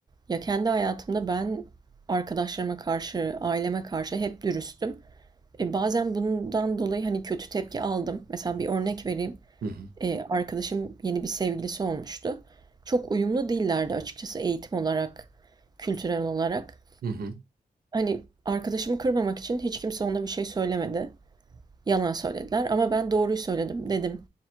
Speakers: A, on the right; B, on the right.
A: ya kendi hayatımda ben arkadaşlarıma karşı, aileme karşı hep dürüstüm. E bazen bundan dolayı hani kötü tepki aldım. Mesela bir örnek vereyim.
B: Hı hı.
A: E, arkadaşım yeni bir sevgilisi olmuştu. Çok uyumlu değillerdi açıkçası eğitim olarak, kültürel olarak.
B: Hı hı.
A: Hani, arkadaşımı kırmamak için hiç kimse ona bir şey söylemedi. Yalan söylediler ama ben doğruyu söyledim. Dedim,